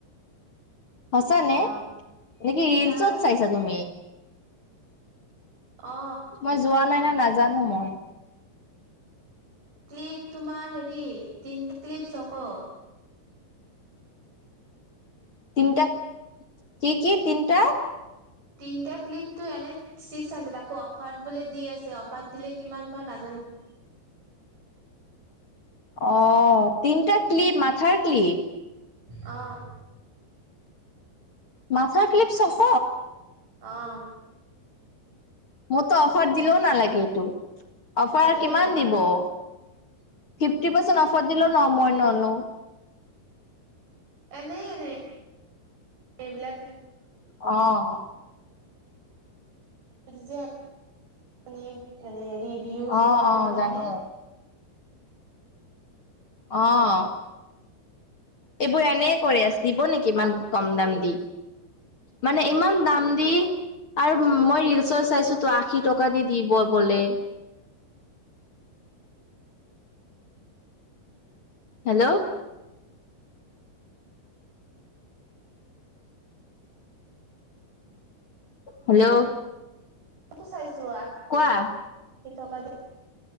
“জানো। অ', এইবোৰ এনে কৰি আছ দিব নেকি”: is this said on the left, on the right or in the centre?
Left